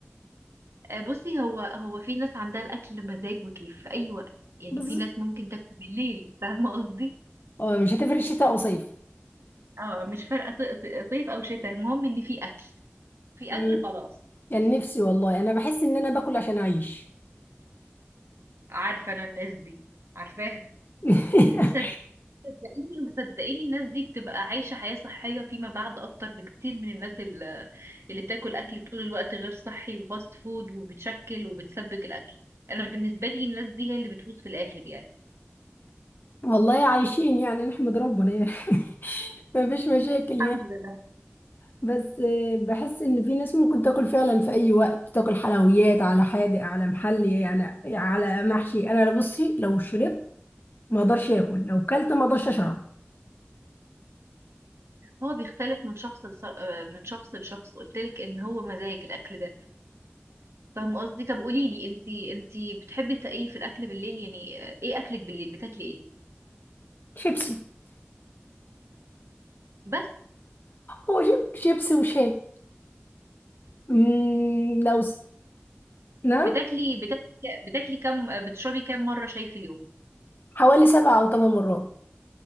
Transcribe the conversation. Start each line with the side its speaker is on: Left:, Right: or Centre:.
Right: آه، بصي هو هو في ناس عندها الاكل مزاج وكيف في اي وقت يعني
Left: بس
Right: في ناس ممكن تاكل بالليل <laughs> فاهمه قصدي
Left: آه، مش هتفرق شتاء او صيف
Right: اه مش فارقه ص- ص- صيف او شتاء المهم ان في اكل في
Left: مم.
Right: اكل خلاص
Left: كان نفسي والله انا بحس ان انا باكل عشان اعيش
Right: عارفه انا الناس دي عارفاها
Left: <laughs>
Right: وصدقيني صدقيني وصدقيني الناس دي بتبقى عايشه حياه صحيه فيما بعد اكتر بكتير من الناس ال- اللي بتاكل اكل طول الوقت غير صحي وفاست فود وبتشكل وبتسبك الاكل انا بالنسبه لي الناس دي هي اللي بتفوز في الاخر يعني
Left: والله عايشين يعني نحمد ربنا يعني <laughs> مفيش مشاكل يعني
Right: الحمد لله
Left: بس آه، بحس ان في ناس ممكن تاكل فعلا في اي وقت تاكل حلويات على حادق على محلي يعني على محشي انا بصي لو شربت ما اقدرش اكل لو كلت ما اقدرش اشرب
Right: هو بيختلف من شخص لص... آه، من شخص لشخص قلت لك ان هو مزاج الاكل ده فاهم قصدي طب قولي لي انتي انتي بتحبي تا- ايه في الاكل بالليل يعني آه، ايه اكلك بالليل بتاكلي ايه
Left: شيبسي
Right: بس
Left: هو جيب شيبسي وشاي مم، لو س... نعم
Right: بتاكلي بتاكلي بتاكلي كام آه، بتشربي كام مره شاي في اليوم
Left: حوالي سبع أو ثمان مرات